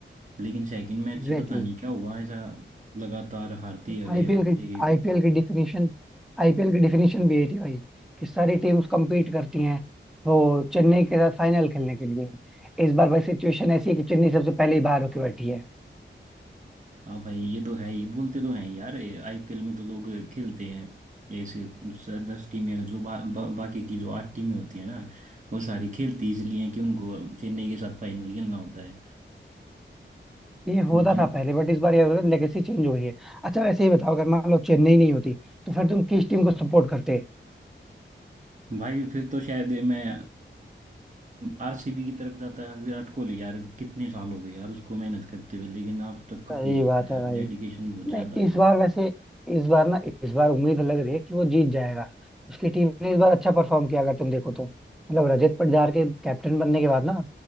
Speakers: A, on the right; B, in the centre.
A: लेकिन सेकंड मैच
B: एग्जैक्टली
A: से पता नहीं क्या हुआ ऐसा लगातार हारते ही गए
B: आईपीएल
A: हारते
B: की
A: गए
B: आईपीएल की डिफिनीशन आईपीएल की डिफिनीशन भी यही थी भाई कि सारी टीम्स compete करती हैं वो चेन्नई के साथ फाइनल खेलने के लिए इस बार भाई सिचुएशन ऐसी है कि चेन्नई सबसे पहले ही बाहर होके बैठी है
A: हाँ भाई ये तो है ही बोलते तो हैं यार आईपीएल में तो लोग खेलते हैं ऐसे स- दस टीमें जो बा, बा, बाकी की जो आठ टीमें होती है ना वो सारी खेलती इसलिए हैं कि उनको चेन्नई के साथ फाइनल खेलना होता है
B: ये होता
A: लेकिन
B: था पहले बट इस बार ये हो रहा है लेगेसी चेंज हो रही है अच्छा वैसे ही बताओ अगर मान लो चेन्नई नहीं होती तो फिर तुम किस टीम को सपोर्ट करते
A: भाई फिर तो शायद मैं आरसीबी की तरफ जाता है विराट कोहली यार कितने साल हो गए यार उसको मेहनत करते हुए लेकिन अब तक कप
B: सही
A: नहीं जीता
B: बात है
A: यार
B: भाई
A: डेडिकेशन बहुत ज्यादा
B: नहीं
A: है
B: इस
A: यार
B: बार वैसे इस बार ना इस बार उम्मीद लग रही है कि वो जीत जाएगा उसकी टीम ने इस बार अच्छा परफॉर्म किया अगर तुम देखो तो मतलब रजत पाटीदार के कैप्टन बनने के बाद ना